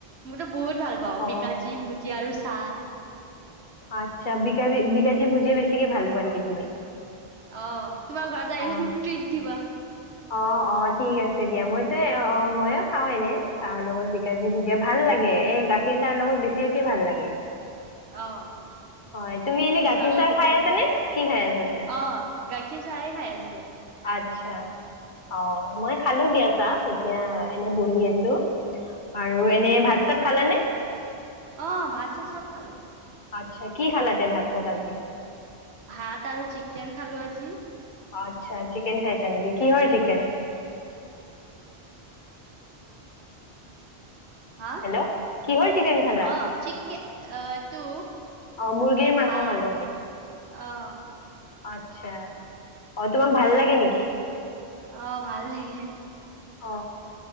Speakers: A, on the right; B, on the left.
A: মোৰতো বহুত ভাল পাওঁ
B: অ
A: বিকাজী ভুজিয়া আৰু চ্ চাহ
B: আচ্ছা বিকাজি বিকাজি ভুজিয়া বেছিকে ভাল পুৱা নিকি তুমি
A: অ তোমাৰ ঘৰত আহিলে
B: অ।
A: মোক ট্ৰিট দিবা
B: অ অ ঠিক আছে দিয়া মইতে অ মই অ খাওঁ এনে চাহৰ লগত বিকাজী ভুজিয়া ভাল লাগে এ গাখীৰ চাহৰ লগত বেছিকে ভাল লাগে
A: অহ,
B: হয় তুমি এনেই গাখীৰ
A: চাহৰ লগত
B: চাহ
A: বেছি
B: খাই
A: ভাল
B: আছা
A: লাগে।
B: নে কি খাই আছা দে
A: অহ, গাখীৰ চাহে খাই আছো
B: আচ্ছা অ মই খালো দিয়া চাহ এতিয়া এনে বহি আছো আৰু এনে ভাত চাত খালানে
A: অহ, ভাত চাত চব খালো
B: আচ্ছা কি খালা তে ভাতত আজি
A: ভাত আৰু চিকেন খালো আজি
B: আচ্ছা চিকেন খাইছা নিকি কিহৰ চিকেন
A: হা
B: হেল্ল' কিহৰ চিকেন খালা
A: অ চিককে অহ এতো
B: অ মুৰ্গীৰ মাংস
A: হা
B: খালে নেকি
A: অহ
B: আচ্ছা অ তোমাক ভাল লাগে নিকি
A: অহ ভাল লাগে
B: অ